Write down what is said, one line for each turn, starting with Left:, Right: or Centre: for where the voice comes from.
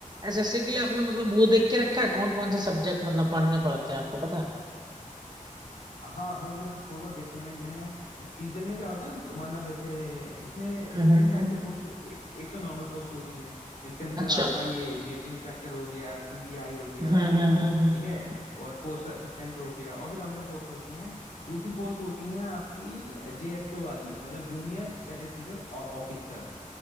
Right: एसएससी के लिए आपने मतलब वो देख के रखा है कौन कौन सा सब्जेक्ट मतलब पढ़ने पड़ते हैं आपको पता है
Left: हाँ भाई वो मैंने थोड़ा बहुत देखते हैं मैंने सीजन में क्या होता है ना, तो मतलब ऐसे उसमें
Right: हम्म हम्म
Left: तीन टाइप
Right: हम्म।
Left: की पोस्टें होती है एक एक तो नॉर्मल पोस्ट होती हैं जिसके अंदर
Right: अच्छा
Left: आपका ये जीएसटी इंस्पेक्टर हो गया सीबीआई हो गया
Right: हम्म हम्म हम्म हम्म, हम्म।
Left: ठीक है और पोस्ट असिस्टेंट हो गया और भी काफी सारी पोस्ट होती हैं दूसरी पोस्ट होती है आपकी जेएसओ वाली मतलब जूनियर स्टैटिस्टिकल ऑफिसर